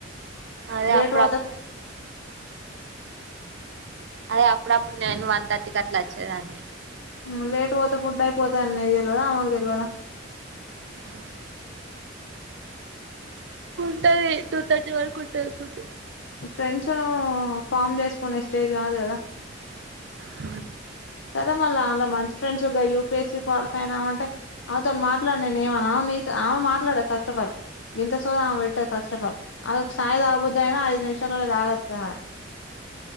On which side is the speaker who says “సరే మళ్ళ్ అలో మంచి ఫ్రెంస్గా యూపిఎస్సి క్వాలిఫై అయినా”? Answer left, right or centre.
Left